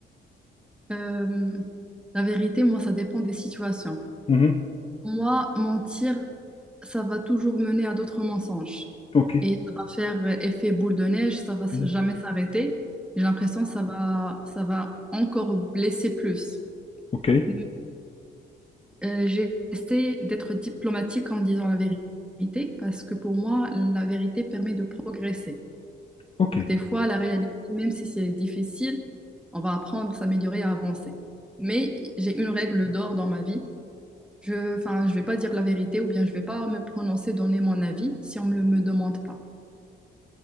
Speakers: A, in the centre; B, on the left (about 30°).
A: Euh, la vérité, moi, ça dépend des situations.
B: Mhm.
A: Moi, mentir, ça va toujours mener à d'autres mensonges.
B: Ok.
A: Et ça va faire effet boule de neige, ça va s-
B: Mhm.
A: jamais s'arrêter. J'ai l'impression que ça va, ça va encore blesser plus.
B: Ok.
A: Mais euh, j'essaie d'être diplomatique en disant la vérité, parce que pour moi, la vérité permet de progresser.
B: Ok.
A: Donc, des fois, la réalité, même si c'est difficile, on va apprendre à s'améliorer, à avancer. Mais j'ai une règle d'or dans ma vie. Je, enfin, je vais pas dire la vérité ou bien je vais pas me prononcer, donner mon avis si on me le me demande pas.